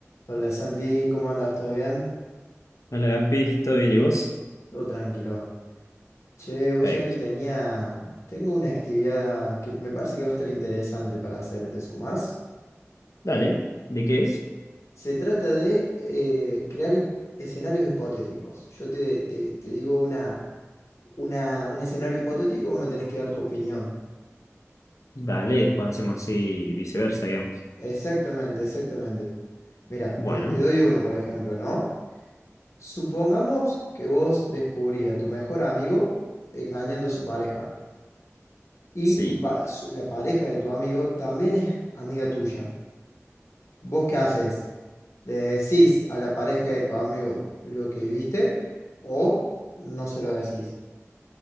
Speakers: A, on the left; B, on the left.
A: Hola Santi, ¿cómo andas? ¿Todo bien?
B: Hola Gaspi, ¿todo bien y vos?
A: Todo tranquilo. Che,
B: Perfecto.
A: vos sabés que tenía. Tengo una actividad que me parece que va a estar interesante para hacer, ¿te sumás?
B: Dale, ¿de qué es?
A: Se trata de eh, crear hi- escenarios hipotéticos. Yo te, te- te digo una, una- un escenario hipotético, vos me tenés que dar tu opinión.
B: Dale, y después hacemos así viceversa, digamos.
A: Exactamente, exactamente. Mira,
B: Bueno,
A: te, te doy uno, por ejemplo, ¿no? Supongamos que vos descubrís a tu mejor amigo engañando a su pareja. y
B: sí.
A: tu pa- su- la pareja de tu amigo también es amiga tuya. ¿Vos qué haces? ¿Le decís a la pareja de tu amigo lo que viste o no se lo decís?